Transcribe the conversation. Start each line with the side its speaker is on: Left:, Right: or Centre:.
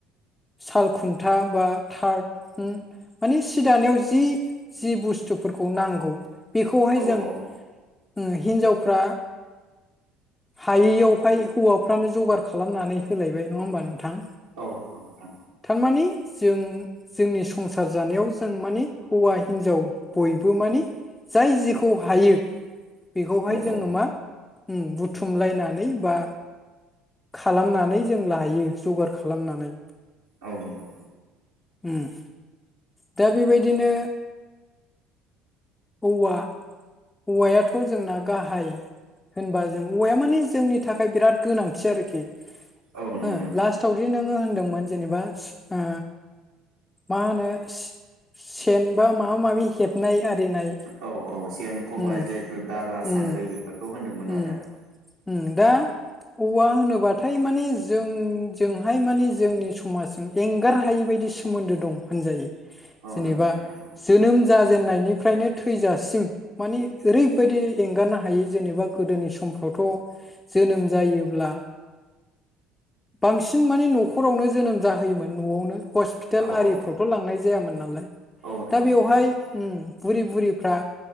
Left: साल खुन्था बा थारद माने सि दानायाव जि जि बुस्थुफोरखौ नांगौ बेखौहाय
Right: औ
Left: जों
Right: औ
Left: ओ हिन्जावफ्रा हायियावहाय हौवाफ्रानो जगार खालामनानै होलायबाय नङा होमबा नोंथां।
Right: औ नंगौ नोंथां
Left: थारमाने जों जोंनि संसार जानायाव जों मानि हौवा हिनजाव बयबो मानि जाय जिखौ हायो बेखौहाय
Right: औ
Left: जोङो
Right: औ
Left: मा उम बुथुमलायनानै बा खालामनानै जों लायो जगार खालामनानै
Right: औ नंगौ
Left: उम दा बेबायदिनो औवा औवायाथ' जोंना गाहाय होनबा जों औवाया माने जोंनि थाखाय बिराद गोनांथि आरोखि।
Right: औ नंगौ
Left: ओ
Right: नोंथां
Left: लास्टावदि नोंङो होनदोंमोन जेनेबा ओ मा होनो सेन बा माबा माबि हेबनाय आरिनाय
Right: औ औ सेन खबाइ
Left: उम
Right: जिहेतु दाला सान्द्रै
Left: उम
Right: बेफोरखौ होनदोंमोन
Left: उम
Right: आरो आं।
Left: उम दा औवा होनोबाथाय माने जों जोंहाय माने जोंनि समाजजों एंगार हायि बेबायदि सोमोन्दो दं होनजायो,
Right: आं
Left: जेनेबा
Right: औ नंगौ नोंथां नंगौ
Left: जोनोम जाजेननायनिफ्रायनो थैजासिम माने ओरैबायदि एंगारनो हायो जेनेबा गोदोनि समाव फ्रावथ जोनोम जायोब्ला बांसिन माने न'खरावनो जोनोम जाहोयोमोन न'आवनो हस्पिटाल
Right: औ
Left: आरिफ्रावथ'
Right: औ
Left: लांनाय जायामोन नालाय
Right: औ नंगौ
Left: दा बेवहाय,
Right: नोंथां नंगौ
Left: ओम बुरि बुरिफ्रा